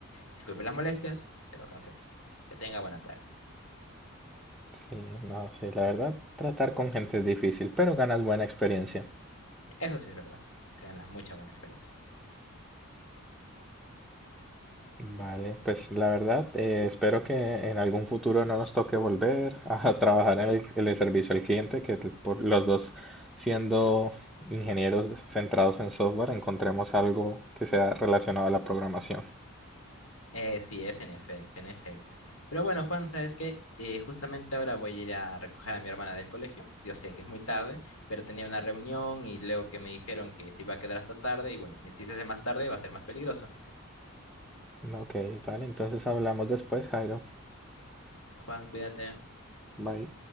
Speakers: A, on the left; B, in the centre.
A: disculpe las molestias, se lo cancelo. Que tenga buena tarde.
B: Sí, no, sí, la verdad, tratar con gente es difícil, pero ganas buena experiencia.
A: Eso sí es verdad, ganas mucha buena experiencia.
B: Vale, pues la verdad, eh, espero que en algún futuro no nos toque volver a <laughs> trabajar en el, en el servicio al cliente, que por los dos siendo ingenieros centrados en software, encontremos algo que sea relacionado a la programación.
A: Eh, sí, es en efecto, en efecto. Pero bueno, Juan, ¿sabes qué? Eh, justamente ahora voy a ir a recoger a mi hermana del colegio. Yo sé que es muy tarde, pero tenía una reunión y luego que me dijeron que se iba a quedar hasta tarde y bueno, si se hace más tarde va a ser más peligroso.
B: Ok, vale, entonces hablamos después, Jairo.
A: Juan, cuídate.
B: Bye.